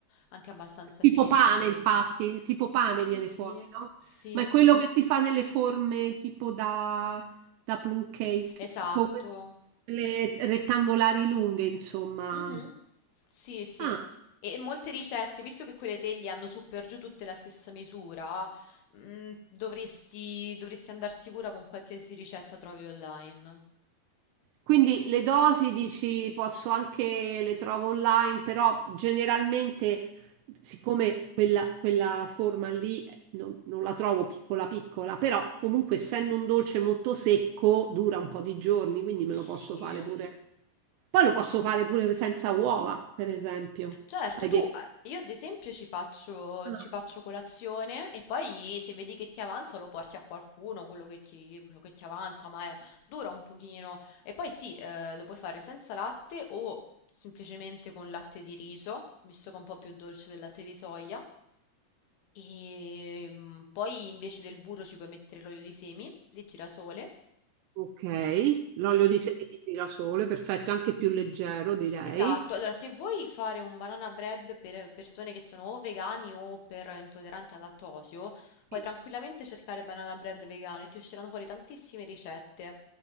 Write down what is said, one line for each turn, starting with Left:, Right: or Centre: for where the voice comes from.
Left: anche abbastanza
Right: Tipo
Left: semplice.
Right: pane, infatti, tipo pane
Left: Sì,
Right: viene
Left: sì,
Right: fuori, no?
Left: sì,
Right: Ma
Left: sì,
Right: è quello che si fa nelle forme tipo da, da plum cake,
Left: esatto.
Right: tipo quelle rettangolari lunghe, insomma.
Left: Mhm. Sì, sì.
Right: Ah,
Left: E molte ricette, visto che quelle teglie hanno su per giù tutte la stessa misura, mm, dovresti, dovresti andare sicura con qualsiasi ricetta trovi online.
Right: quindi le dosi dici posso anche le trovo online, però generalmente, siccome quella, quella forma lì eh, non, non la trovo piccola piccola, però comunque essendo un dolce molto secco dura un po' di giorni, quindi me lo
Left: Sì.
Right: posso fare pure. Poi lo posso fare pure senza uova, per esempio.
Left: Certo,
Right: Hai
Left: tu,
Right: detto.
Left: eh, io ad esempio ci faccio,
Right: Ah,
Left: ci faccio colazione e poi se vedi che ti avanza lo porti a qualcuno, quello che ti, quello che ti avanza, ma è, dura un pochino. E poi sì, eh, lo puoi fare senza latte o semplicemente con latte di riso, visto che è un po' più dolce del latte di soia. E mm, poi invece del burro ci puoi mettere l'olio di semi di girasole.
Right: Ok, l'olio di semi di girasole, perfetto, anche più leggero, direi.
Left: Esatto, allora se vuoi fare un banana bread per persone che sono o vegani o per intolleranti al lattosio, puoi
Right: Sì.
Left: tranquillamente cercare banana bread vegano e ti usciranno fuori tantissime ricette.